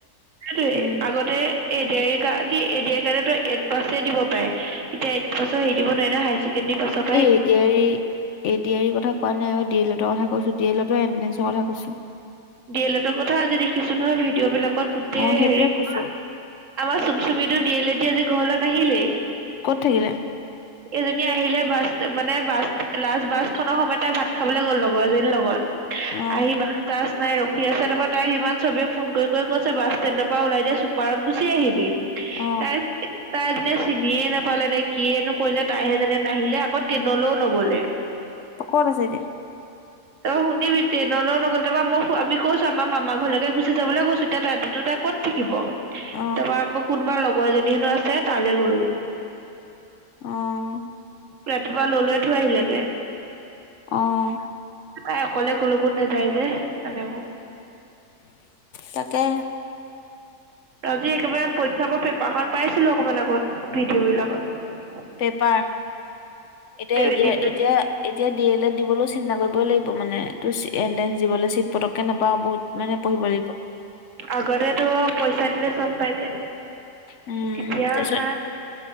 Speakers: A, on the right; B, on the left.
A: আগত
B: উম।
A: আগতে এডি আৰ ই কা কি এডি আৰ ই কাৰণেটো এইট পাছে দিব পাৰে, এতিয়া এইট পাছৰ হেৰি দিব নোৱাৰি নহয় হাই ছেকেণ্ডাৰী কিনি পাছক
B: এই A D R E, A D R E কথা কোৱা নাই ঐ ডি এল এটৰ কথা কৈছো, ডি এল এটৰ এন্ট্ৰচৰ কথা কৈছো।
A: ডি এল এটৰ কথা আজি দেখিছো নহয় ভিডিঅ' বিলাকত গোটেই
B: অ' সেইটোয়ে
A: হেৰি কিবা
B: কৈছো
A: আমাৰ চুমচুমিটো ডি এল এট দি আজি ঘৰলে নাহিলেই।
B: ক'ত থাকিলে?
A: এজনী আহিলে বাছ মানে বাছ লাষ্ট বাছ খনৰ সময়ত তাই ভাত খাবলৈ গ'ল লগৰ এজনীৰ লগত।
B: অ'
A: আহিবা। বাছ নাই ৰখি আছে তাৰপৰা তাইক ইমান চবেই ফোন কৰি কৰি কৈছে বাছ ষ্টেণ্ডৰ পৰা ওলাই দে চুপাৰত গুচি আহিবি।
B: অ'
A: তাই, তাই আজিলৈকে চিনিয়ে নাপালে তাই কিয়েনো কৰিলে তাইহে জানে, নাহিলে আকৌ ট্ৰেইনলৈও নগ'লে।
B: অ', ক'ত আছে এতিয়া?
A: তাৰপৰা শুনিবি, ট্ৰেইনলেও নগ'ল, তাৰপৰা মই আমি কৈছো আমাৰ মামা ঘৰলৈকে গুচি যাবলৈ কৈছো, এতিয়া ৰাতিটো তাই ক'ত থাকিব,
B: অ'
A: তাৰপৰা আকৌ কোনোবা লগৰ এজনী হেনো আছে তালে গ'লগে।
B: অ'।
A: ৰাতিপুৱা ললোয়ে থৈ আহিলেগে।
B: অ'।
A: তাই অকলে কলৈকো নাযায় যে, সেইকাৰণে আকৌ।
B: তাকে।
A: আজি একেবাৰে পৰিক্ষাবোৰৰ পেপাৰখন পাইছিলোঁ অকমান আগত, ভিডিঅ'বিলাকত।
B: পেপাৰ, এতিয়া এ,
A: এদিন
B: দি এতিয়া এতিয়া ডি এল এড দিবলৈও চিন্তা কৰিবই লাগিব মানে, তোৰ এণ্ট্ৰেন্ঞ্চ দিবলৈ চিট পটককে নাপাওঁ, বহুত মানে পঢ়িব লাগিব।
A: আগতেতো পইচা দিলেই চব পাই যায়,
B: উম
A: এতিয়া
B: তাৰপিছত
A: নাই।